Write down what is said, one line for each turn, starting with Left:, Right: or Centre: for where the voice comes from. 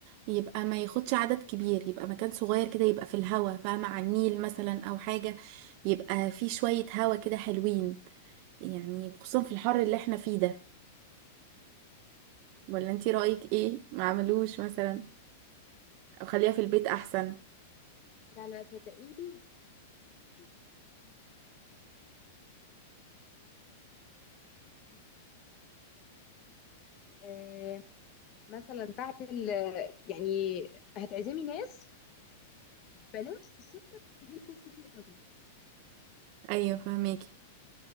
Right: يبقى ما ياخدش عدد كبير يبقى مكان صغير كده يبقى في الهوا فاهمة على النيل مثلا او حاجة يبقى في شوية هوا كده حلوين يعني خصوصا في الحر اللي احنا فيه ده ولا انتي رأيك ايه ما عملوش مثلا او خليها في البيت
Left: ده
Right: احسن
Left: لا لا صدقيني فكرة البيت مش وحشة بس هاتي قدامك الحاجات اللي احنا اتكلمنا فيها دي وفكرة بقى ان انتي آه، مثلا بعد ال يعني هتعزمي ناس بلاش في الشركة تعزمي ناس كتير قوي
Right: ايوه فهماكي